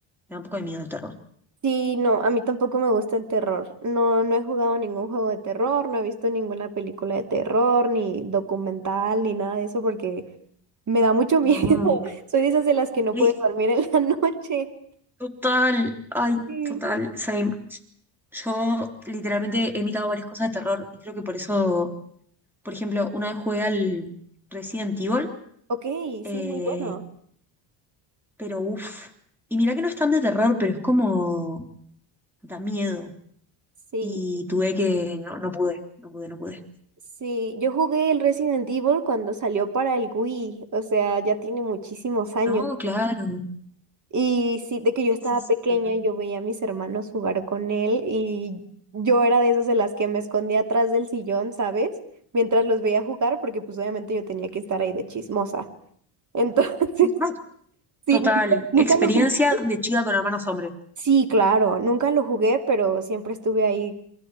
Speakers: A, in the centre; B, on the right.
A: Me da un poco de miedo el terror.
B: Sí, no, a mí tampoco me gusta el terror. No, no he jugado ningún juego de terror, no he visto ninguna película de terror, ni documental, ni nada de eso, porque me da mucho miedo.
A: No.
B: <laughs> Soy de esas de las que no
A: Ay,
B: puede dormir en la noche.
A: Total, ay,
B: Sí.
A: total, same. Yo literalmente he imitado varias cosas de terror y creo que por eso, por ejemplo, una vez jugué al Resident Evil,
B: Ok,
A: eh,
B: sí, muy bueno.
A: pero uff. Y mirá que no es tan de terror, pero es como da miedo.
B: Sí,
A: Y tuve que, no, no pude, no pude, no pude.
B: sí, yo jugué el Resident Evil cuando salió para el Wii, o sea, ya tiene muchísimos años.
A: No, claro.
B: Y sí, de que yo estaba
A: Sí, sí,
B: pequeña,
A: total.
B: yo veía a mis hermanos jugar con él y yo era de esas de las que me escondía atrás del sillón, ¿sabes? Mientras los veía jugar, porque pues obviamente yo tenía que estar ahí de chismosa. Entonces, <laughs>
A: Ay,
B: sí,
A: Total,
B: nunca, nunca
A: experiencia
B: lo jugué.
A: de chica con hermanos hombres.
B: Sí, claro, nunca lo jugué, pero siempre estuve ahí